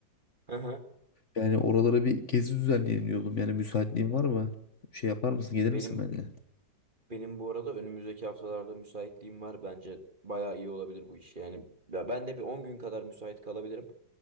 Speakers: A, on the right (about 25°); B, on the left (about 45°).
A: Hı hı.
B: Yani oralara bir gezi düzenleyelim diyordum. Yani müsaitliğin var mı? Şey yapar mısın? Gelir misin
A: Benim
B: benimle?
A: benim bu arada önümüzdeki haftalarda müsaitliğim var. Bence bayağı iyi olabilir bu iş yani. Ya ben de bir 10 gün kadar müsait kalabilirim.